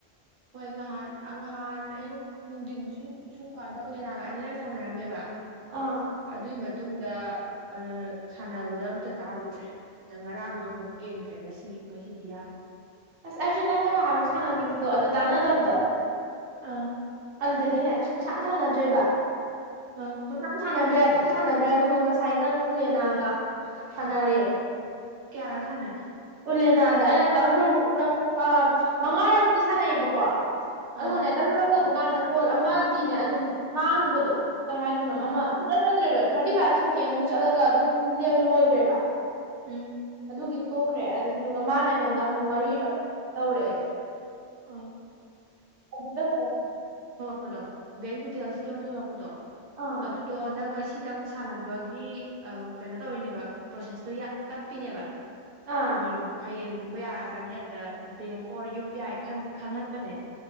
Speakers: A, on the right; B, on the right.
A: ꯍꯣꯏ ꯉꯍꯥꯟ ꯉꯍꯥꯟ ꯑꯌꯨꯛ ꯅꯨꯡꯗꯤꯟ ꯁꯨꯝ ꯁꯨꯝ ꯀꯥꯟꯗ ꯑꯣꯂꯦꯅꯥꯒ ꯑꯅꯤꯔꯛ ꯁꯥꯟꯅꯔꯝꯃꯦꯕ
B: ꯑꯥ
A: ꯑꯗꯨꯏ ꯃꯇꯨꯡꯗ ꯑ ꯁꯥꯟꯅꯕꯗ ꯑꯝꯇ ꯇꯥꯒꯤꯗ꯭ꯔꯦ ꯑꯗ ꯉꯔꯥꯡꯗꯣ ꯑꯃꯨꯛ ꯌꯦꯡꯗ꯭ꯔꯦ ꯉꯁꯤ ꯉꯁꯤꯗꯤ ꯌꯥꯔꯦ
B: ꯑꯁ ꯑꯩꯁꯨ ꯅꯪꯒ ꯉꯥꯏꯍꯥꯛꯃꯨꯛ ꯁꯥꯟꯅꯈꯤꯕꯗꯣ ꯑꯗꯨ ꯇꯥꯟꯅꯗꯕꯗꯣ
A: ꯑꯥ
B: ꯑꯗꯨꯗꯒꯤꯅꯦ ꯁꯨꯡꯁꯥꯅ ꯁꯥꯟꯅꯗ꯭ꯔꯦꯕ
A: ꯑꯥ
B: ꯁꯨꯡꯁꯝ ꯁꯥꯟꯅꯗ꯭ꯔꯦ ꯑꯗꯨꯝ ꯁꯥꯟꯅꯗ꯭ꯔꯦ ꯑꯗꯨꯒ ꯉꯁꯥꯏꯇꯪ ꯎꯂꯦꯅꯥꯒ ꯁꯟꯅꯔꯦ
A: ꯀꯥꯌꯥꯔꯛ ꯁꯟꯅꯩ
B: ꯎꯂꯦꯅꯥꯗ ꯑꯩꯅ ꯇꯔꯨꯛꯔꯛ ꯃꯉꯥꯔꯛꯇꯤ ꯁꯥꯟꯅꯩꯌꯦꯕꯀꯣ ꯑꯗꯨꯅꯦ
A: ꯑꯥ
B: ꯇꯂꯨꯔꯛꯛꯇꯧꯕ ꯀꯥꯟꯗ ꯀꯣꯜ ꯑꯃꯗꯤꯅꯦ ꯑꯗꯨꯝ ꯃꯥꯡꯈꯤꯕꯗꯣ ꯀꯩ ꯍꯥꯏꯗꯅꯣ
A: ꯎꯝ
B: ꯑꯃ
A: ꯎꯝ
B: ꯁꯨꯡꯆꯠ ꯆꯠꯇ꯭ꯔꯦꯕ ꯊꯥꯔꯇꯤ ꯐꯥꯏꯚ ꯁꯦꯀꯦꯟꯃꯨꯛ ꯆꯠꯂꯒ ꯑꯗꯨꯝ ꯂꯣꯏꯈ꯭ꯔꯦꯕ
A: ꯎꯝ
B: ꯑꯗꯨꯒꯤ ꯇꯣꯛꯈ꯭ꯔꯦ ꯑꯟ ꯑꯗꯨꯗꯨꯒ ꯃꯥꯅ ꯑꯩꯉꯣꯟꯗ ꯑꯃꯨꯛ ꯃꯔꯤꯔꯛ ꯇꯧꯔꯛꯑꯦ
A: ꯑꯥ
B: ꯑꯗꯨꯗ ꯈꯛꯇ
A: ꯑꯗꯣ ꯕꯦꯡ ꯗꯤꯇꯦꯜꯁ ꯀꯤ ꯑꯃ ꯊꯣꯔꯛꯄꯗꯣ ꯑꯨꯗꯣ
B: ꯑꯥ
A: ꯑꯗꯨꯗꯣ ꯅꯪ ꯉꯁꯤ ꯈꯤꯇꯪ ꯁꯥꯟꯅꯕꯒꯤ ꯀꯩꯅꯣ ꯇꯧꯔꯤꯅꯦꯕ ꯄ꯭ꯔꯣꯁꯦꯁꯇꯣ ꯇꯞꯄꯤꯅꯦꯕ
B: ꯑꯥ
A: ꯍꯌꯦꯡ ꯍꯌꯦꯡꯒꯨꯝꯕ ꯌꯥꯔꯛꯀꯅꯤ ꯑꯗꯨꯗ bank or U P I ꯈꯟꯍꯟꯕꯅꯦ